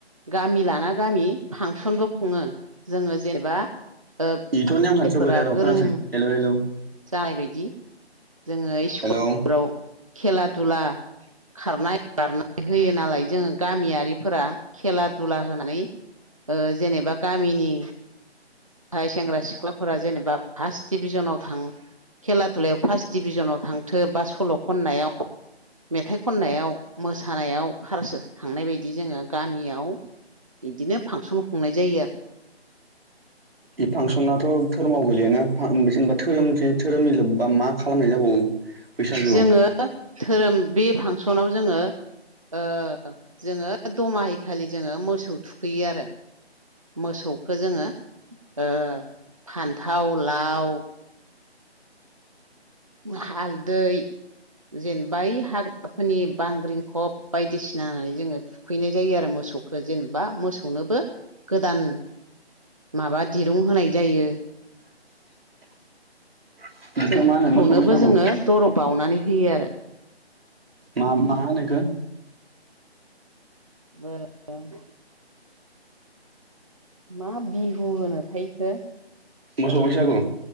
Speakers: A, on the right; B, on the right.
A: गामि लाना गामि फांसनबो खुङो जोङो जेनेबा ओ गथ'थायफोरा
B: बेथ' नेमखान्थियाव गोलैया र'
A: गोरों
B: खोनासं हेलौ हेलौ
A: जानाय बायदि जोङो इस्कुलफोराव
B: हेलौ
A: खेला दुला खारनाय बारनाय होयो नालाय जोङो गामियारिफोरा खेला दुला होनानै ओ जेनेबा गामिनि नथाय सेंग्रा सिख्लाफोरा जेनेबा फास्ट डिभिजनाव थां खेला दुलायाव फास्ट डिभिजनाव थांथो बा सल' खननायाव मेथाइ खननायाव मोसानायाव फारस थांनाय बायदि जोङो गामियाव बिदिनो फांसन खुंनाय जायो आरो।
B: बे फांसनाथ' धोरमाव गोलैयाना जेनेबा धोरोम धोरोमनि लोब्बा मा खालामनाय जाबावो?
A: उम
B: बैसागुआव
A: जोङो धोरोम बे फांसनाव जोङो ओ जोङो दमाहि खालि जोङो मोसौ थुखैयो आरो मोसौखौ जोङो ओ फान्थाव लाव हालदै जेनेबा ओइ हाग्राफोरनि बांग्रिंखब बायदिसिन फिनानै जोङो थुखैनाय जायो आरो मोसौखौ जेनेबा मोसौनोबो गोदान माबा दिरुं होनाय जायो।
B: <inaudible> बेखौ
A: जोंखौनोबो
B: मा होनो मोसौ बैसागु
A: जोङो दर' बउनानै होयो आरो।
B: मा मा ओनो इखो?
A: ब ब मा बिहु होनोथायखो
B: मोसौ बैसागु?